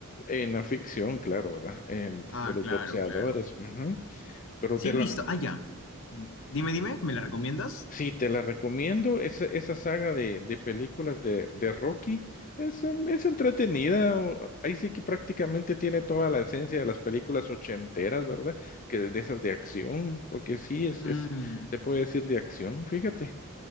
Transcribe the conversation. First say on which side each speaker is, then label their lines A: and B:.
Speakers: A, on the left (about 35°); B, on the left (about 60°).
A: en la ficción, claro, ¿verdad? En-
B: Ah,
A: de los
B: claro,
A: boxeadores.
B: claro.
A: ujú. Pero te
B: Sí he
A: la
B: visto.
A: recomiendo.
B: Ah, ya. Dime, dime, ¿me la recomiendas?
A: Sí, te la recomiendo. Esa, esa saga de, de películas de, de Rocky es, em, es entretenida. o- Ahí sí que prácticamente tiene toda la esencia de las películas ochenteras, ¿verdad? Que de esas de acción, porque sí, es, es,
B: Mm.
A: te puede decir de acción, fíjate.